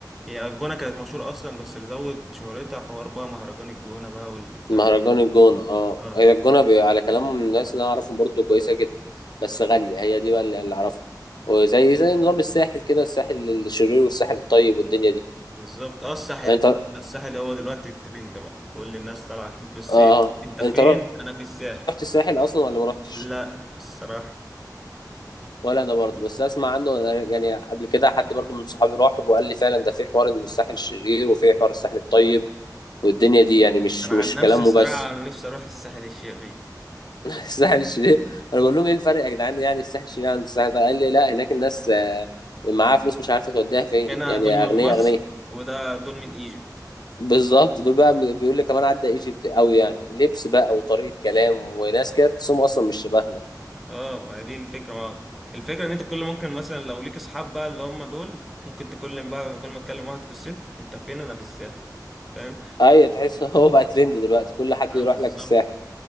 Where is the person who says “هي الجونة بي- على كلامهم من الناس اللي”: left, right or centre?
Left